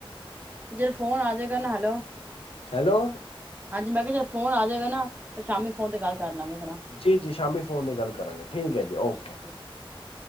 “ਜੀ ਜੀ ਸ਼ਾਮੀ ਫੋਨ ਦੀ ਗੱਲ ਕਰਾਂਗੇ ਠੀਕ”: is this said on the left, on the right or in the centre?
Left